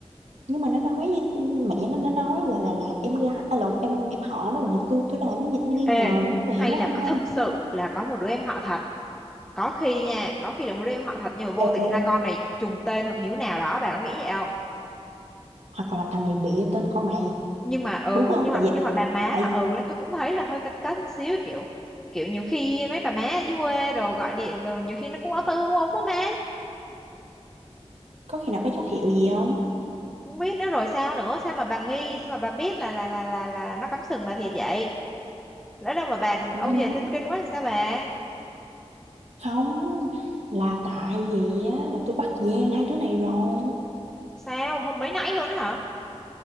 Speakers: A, on the right; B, in the centre.
A: nhưng mà nó nói với- mẹ nó nó nói là là là em gái à, là em em họ nó rồi tôi tôi làm cái gì tôi nghi
B: ê
A: ngờ nữa bà
B: hay
A: hiểu
B: là
A: không
B: có thực sự là có một đứa em họ thật có khi nha có khi là một đứa em họ thật nhưng mà vô
A: ê,
B: tình
A: ê,
B: hai con
A: ê.
B: này trùng tên hoặc như thế nào đó bà có nghĩ vậy không
A: hoặc là thằng này bịa tên con này
B: nhưng mà ừ
A: đúng không
B: nhưng mà
A: tại vì
B: nhưng mà bà má
A: tại
B: nó ừ tôi cũng thấy là hơi cấn cấn một xíu kiểu kiểu nhiều khi mấy bà má ở dưới quê rồi gọi điện rồi nhiều khi nó cũng ấp úng úng á má
A: có khi nào có dấu hiệu gì không
B: không biết nữa rồi sao nữa sao mà bà nghi sao mà bà biết là là là là là nó cắm sừng bà thiệt vậy lỡ đâu mà bà
A: nó
B: âu
A: nhắn
B: yếm thinh kinh quá thì sao bà
A: không là tại vì á là tôi bắt gian hai đứa này rồi
B: sao hôm mấy nãy luôn á hả